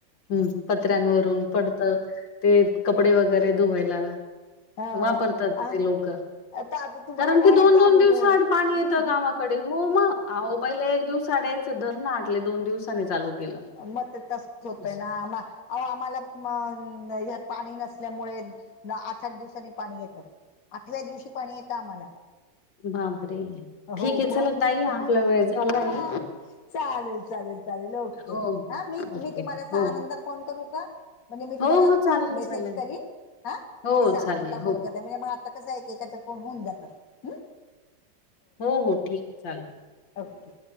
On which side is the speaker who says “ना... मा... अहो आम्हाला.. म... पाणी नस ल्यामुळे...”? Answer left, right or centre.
Left